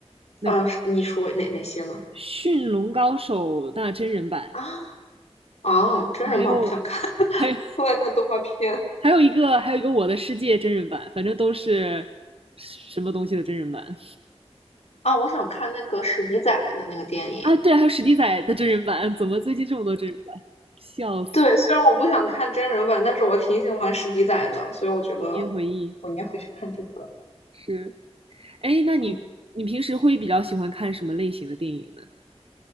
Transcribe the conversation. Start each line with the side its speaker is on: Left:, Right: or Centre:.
Right: 那个
Left: 嗯、是你说哪哪些呢？
Right: 《驯龙高手》那真人版，
Left: 啊啊，真人版我不想看，
Right: 哦，还有还有
Left: <laughs> 我想看动画片。
Right: 还有一个还有一个《我的世界》真人版，反正都是什么东西的真人版。
Left: 啊，我想看那个史迪仔的那个电影。
Right: 啊，对，还有史迪仔的真人版，怎么最近这么多真人版？笑死，
Left: 对，虽然我不想看真人版，但是我挺喜欢史迪仔的，所以我觉得
Right: 童年回忆
Left: 我应该会去看这个。
Right: 是。哎，那你你平时会比较喜欢看什么类型的电影呢？
Left: 嗯。